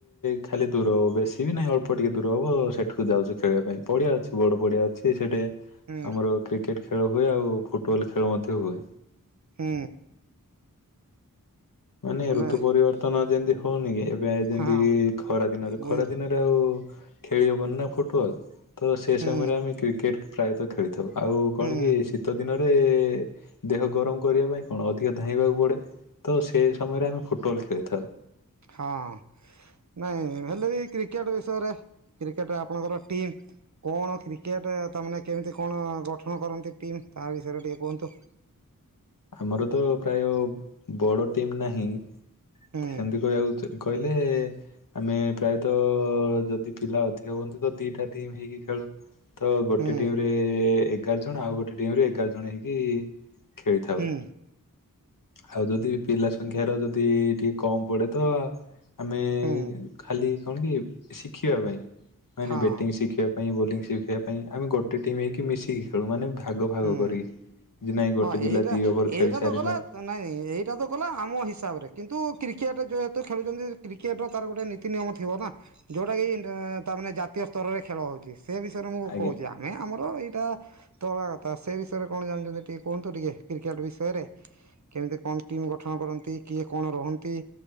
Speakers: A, on the left; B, on the right.
A: ଖାଲି ଦୂର ହବ ବେଶୀ ବି ନାଇ ଅଳ୍ପ ଟିକେ ଦୂର ହବ ସେଠୁ କୁ ଯାଉଚୁ ଖେଳିବା ପାଇଁ ପଡିଆ ଅଛି ବଡ ପଡିଆ ଅଛି ସେଠି
B: ହୁଁ
A: ଆମର କ୍ରିକେଟ ଖେଳ ହୁଏ ଆଉ ଫୁଟବଲ ଖେଳ ମଧ୍ୟ ହୁଏ।
B: ହୁଁ।
A: ମାନେ
B: ବୋଲେ
A: ଋତୁ ପରିବର୍ତ୍ତନ ଯେମତି ହୋଉନି କି ଏବେ ଆ ଯେମତି
B: ହଁ
A: କି ଖରା ଦିନରେ
B: ବୁଝିଲି
A: ଖରା ଦିନରେ ରେ ଆଉ ଖେଳି ହବନି ନା ଫୁଟବଲ୍ ତ ସେ
B: ହୁଁ
A: ସମୟରେ ଆମେ କ୍ରିକେଟ୍ ପ୍ରାୟେତ ଖେଳିଥାଉ। ଆଉ କଣ
B: ହୁଁ
A: କି ଶୀ ତ ଦିନରେ ଦେହ ଗରମ କରିବା ପାଇଁ କଣ ଅଧିକ ଧାଇଁବାକୁ ପଡେ ତ ସେ ସମୟରେ ଆମେ ଫୁଟବଲ ଖେଳିଥାଉ।
B: ହଁଅ। ନାଇଁ ହେଲେ ବି କ୍ରିକେଟ ବିଷୟରେ କ୍ରିକେଟ ଆପଣଙ୍କର ଟିମ୍ କଣ କ୍ରିକେଟ୍ ତାମାନେ କେମିତି କଣ ଗଠନ କରନ୍ତି ଟିମ୍ ତା ବିଷୟରେ ଟିକେ କୁହନ୍ତୁ।
A: ଆମର ତ ପ୍ରାୟ ବଡ ଟିମ୍ ନାହିଁ
B: ହୁଁ
A: ସେମତି କହିବାକୁ ତ କହି ହେଲେ ଆମେ ପ୍ରାୟତଃ ଯଦି ପିଲା ଅଧିକ ହୁଅନ୍ତି ତ ଦିଟା ଟିମ୍ ହେଇକି ଖେଳୁ। ତ ଗୋଟେ
B: ହୁଁ
A: ଟିମ ଏଗାର ଜଣ ଆଉ ଗୋଟେ ଟିମେ ଏଗାର ଜଣ ହେଇକି ଖେଳିଥାଉ।
B: ହୁଁ
A: ଆଉ ଯଦି ପିଲା ସଂଖ୍ୟାର ଯଦି ଟିକେ କମ ପଡେ ତ ଆମେ
B: ହୁଁ
A: ଖାଲି କଣ କି ଶିଖିବା ପାଇଁ ମେ
B: ହଁ
A: ବ୍ୟାଟିଂ ଶିଖିବା ବୋଲି ଶିଖିବା ପାଇଁ ଆମେ ଗୋଟେ ଟିମ୍ ହେଇକି ମିଶିକି ଖେଳୁ ମାନେ ଭାଗ ଭାଗ
B: ହୁଁ
A: କରିକି ଜେ ନାଇଁ ଗୋଟେ
B: ହଁ
A: ପିଲା
B: ଏଇଟା
A: ଦି ଓଭର ଖେଳି
B: ଏଇଟା
A: ସାରିଲା
B: ତ ଗଲା ତ ନାଇଁ ଏଇଟା ତ ଗଲା ଆମ ହିସାବରେ କିନ୍ତୁ କ୍ରିକେଟ ଯେହେତୁ ତ ଖେଳୁଚନ୍ତି କ୍ରି କେଟ ର ତାର ଗୋଟେ ନୀତି ନିୟମ ଥିବ ନା ଯୋଉଟା କି ତା ମାନେ ଜାତୀୟ ସ୍ତରରେ ଖେଳ ହଉଚି। ସେ ବିଷୟରେ ମୁଁ
A: ଆଜ୍ଞା
B: କହୁଚି ଆମେ ଆମର ଏଇଟା ତୋଳ କଥା ସେ ବିଷୟରେ କଣ ଜାଣିଚନ୍ତି ଟିକେ କୁହନ୍ତୁ ଟିକେ କ୍ରିକେଟ୍ ବିଷୟରେ? କେମିତି କଣ ଟିମ ଗଠନ କରନ୍ତି କିଏ କଣ ରହନ୍ତି